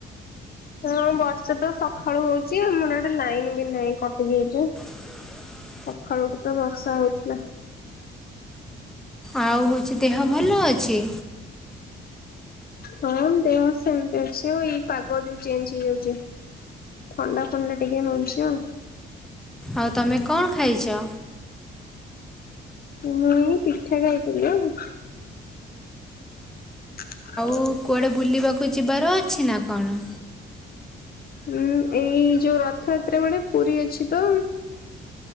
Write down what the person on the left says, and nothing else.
ହଁ ବର୍ଷା ତ ସଖାଳୁ ହଉଚି ଆମର ଇଆଡ଼େ ଲାଇନ ବି ନାହିଁ କଟି ଯାଇଚି।
ସଖାଳୁଠୁ ତ ବର୍ଷା ହଉଥିଲା।
ହଁ ଦେହ ସେମିତି ଅଛି ଆଉ ଏଇ ପାଗ ଯୋଉ ଚେଞ୍ଚ ହେଇ ଯାଉଚି। ଥଣ୍ଡା ଫଣ୍ଡା ଟିକେ ହଉଚି ଆଉ।
ମୁଁ ପିଠା ଖାଇଥିଲି ଆଉ <unintelligible>
ହୁଁ ଏଇ ଯୋଉ ରଥଯାତ୍ରା ବେଳେ ପୁରୀ ଅଛି ତ।